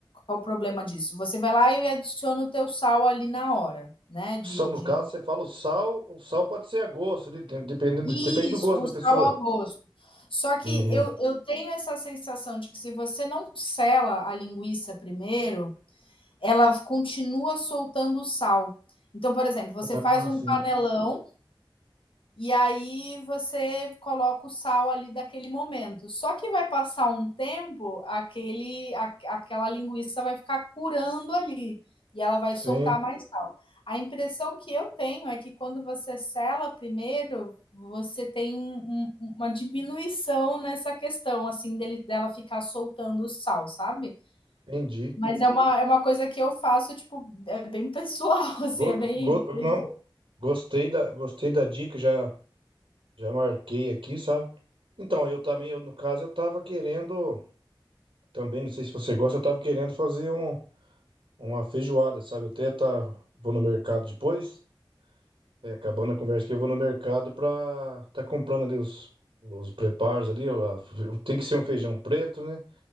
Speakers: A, on the left; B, on the right.
A: Qual o problema disso? Você vai lá e adiciona o teu sal ali na hora, né, de,
B: Só no
A: de
B: caso, você fala o sal, o sal pode ser a gosto, ali, dependendo,
A: Isso,
B: depende do gosto
A: o
B: da
A: sal
B: pessoa.
A: ao gosto. Só que
B: Uhum.
A: eu, eu tenho essa sensação de que se você não sela a linguiça primeiro, ela continua soltando o sal. Então, por exemplo, você
B: Ah,
A: faz um
B: sim.
A: panelão e aí você coloca o sal ali daquele momento. Só que vai passar um tempo, aquele, a, aquela linguiça vai ficar curando ali e ela vai soltar
B: Sim,
A: mais sal. A impressão que eu tenho é que quando você sela primeiro, você tem um- um- uma diminuição nessa questão, assim, dele, dela ficar soltando o sal, sabe?
B: entendi.
A: Mas é uma, é uma coisa que eu faço, tipo, é bem pessoal, <laughs> assim,
B: Go-
A: é bem,
B: go-
A: bem
B: não, gostei da, gostei da dica, já, já marquei aqui, sabe? Então, eu também, eu, no caso, eu tava querendo, também, não sei se você gosta, eu tava querendo fazer um, uma feijoada, sabe? Eu até tá, vou no mercado depois, é, acabando a conversa que eu vou no mercado pra tá comprando ali os, os preparos ali, ó, tem que ser um feijão preto, né?